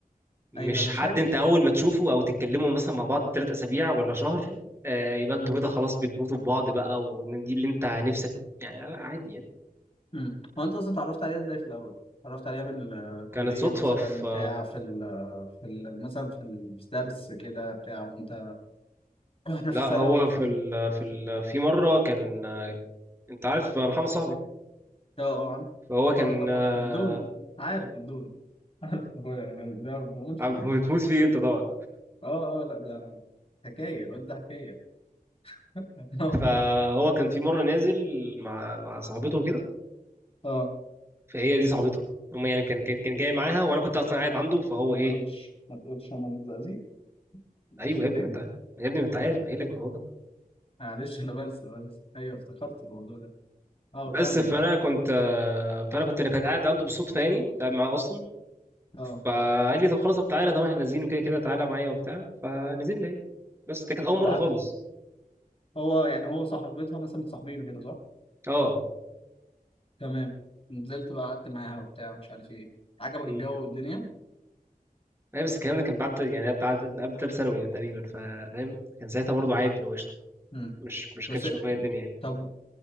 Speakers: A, on the right; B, on the left.
A: مش
B: ايوه انا
A: حد
B: شايف
A: انت اول ما تشوفه او تتكلموا مثلا مع بعض تلات اسابيع ولا شهر آه، يبقى انتوا
B: امم
A: كده خلاص بتموتوا في بعض بقى وان دي اللي انت نفسك يعني لا عادي يعني
B: امم هو انت اصلا اتعرفت عليها ازاي في الاول اتعرفت عليها من الكليه
A: كانت صدفة
B: مثلا
A: في
B: بتاع في ال في ال مثلا في الدرس كده بتاع وانت واحنا
A: لا
B: في الثانوي
A: هو
B: ف
A: في
B: اه
A: ال... في ال... في مرة كان انت عارف محمد صاحبي
B: اه عارف.
A: فهو كان
B: اه طبعا
A: آه،
B: الدون عارف الدون عارف اخويا ده بموت
A: عم-
B: فيه
A: <laughs> بتموت فيه انت طبعا
B: اه اه لا ده حكايه الواد ده حكايه <laughs> اه
A: فهو كان في مرة نازل مع مع صاحبته كده
B: اه
A: فهي دي صاحبته هما يعني كان كان كان جاي معاها وانا كنت اصلا قاعد
B: ما
A: عنده فهو
B: ما
A: ايه
B: تقولش ما تقولش هم متزقزقين في
A: ايوه
B: الشرقيه
A: يا ابني ما انت عارف يا ابني ما انت عارف ما انا قايل لك الموضوع ده
B: معلش انا بنسى بنسى ايوه افتكرت الموضوع ده اه
A: بس
B: كمل
A: فانا كنت آه، فانا كنت انا كنت قاعد عنده بالصدفة يعني كنت قاعد معاه اصلا
B: اه
A: فقال لي طب خلاص طب تعالى طب احنا نازلين وكده كده تعالى معايا وبتاع فنزلنا يعني بس ده كانت اول
B: هو
A: مرة خالص
B: هو يعني هو صاحبتها مثلا متصاحبينه كده صح؟
A: اه
B: تمام نزلت بقى قعدت معاها وبتاع ومش عارف ايه عجبك
A: مم.
B: الجو والدنيا؟
A: اي بس الكلام ده كان بعد يعني بعد قبل تالت ثانوي تقريبا فا- فاهم كان ساعتها برضو عادي لو قشطه
B: امم
A: مش مش
B: بس
A: كانتش في دماغي الدنيا يعني
B: طب